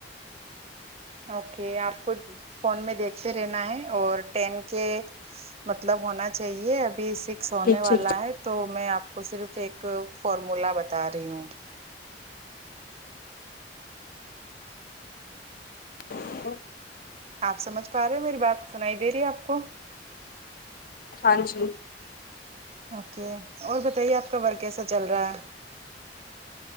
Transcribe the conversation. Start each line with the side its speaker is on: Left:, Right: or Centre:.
Right: اوکے آپ کو فون میں دیکھتے رہنا ہے اور ٹین کے مطلب ہونا چاہیے ابھی سکس ہونے
Left: ٹھیک ٹھیک
Right: والا ہے تو میں آپ کو صرف ایک فارمولا بتا رہی ہوں
Left: ہ
Right: آپ سمجھ پا رہے ہو میری بات سنائی دے رہی ہے آپ کو
Left: پج
Right: اوکے اور بتائیے آپ کا ور کیسا چل رہا ہے